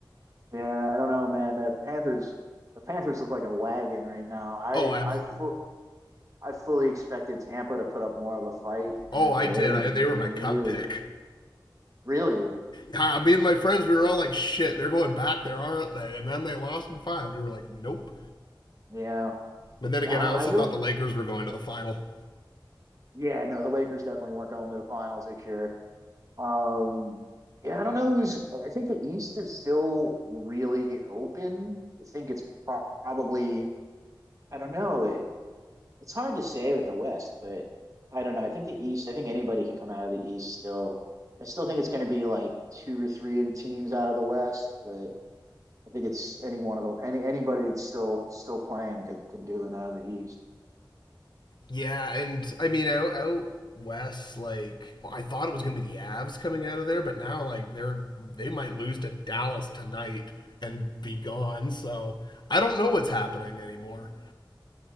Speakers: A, on the right; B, on the left.
A: Yeah, I don't know, man. The Panthers, the Panthers look like a wagon right now. I,
B: Oh, absolutely.
A: I, fu- I fully expected Tampa to put up more of a fight,
B: Oh,
A: and
B: I did.
A: they
B: I,
A: really
B: they were my cup pick.
A: did. Really,
B: Yeah, me and my friends, we were all like, "Shit, they're going back there, aren't they?" And then they lost in five. We were like, "Nope."
A: yeah,
B: But then
A: yeah.
B: again,
A: I
B: I
A: don't.
B: also
A: I really,
B: thought the Lakers were going to the final.
A: yeah. No, the Lakers definitely weren't going to the finals this year. Um, yeah, I don't know who's. I think the East is still really open. I think it's pro- probably. I don't know. It's hard to say with the West, but I don't know. I think the East, I think anybody can come out of the East still. I still think it's going to be like two or three of the teams out of the West, but I think it's any one of the any anybody that's still still playing could could do it out of the East.
B: Yeah, and I mean out, out west, like well, I thought it was going to be the Avs coming out of there, but now like they're they might lose to Dallas tonight and be gone. So I don't know what's happening anymore.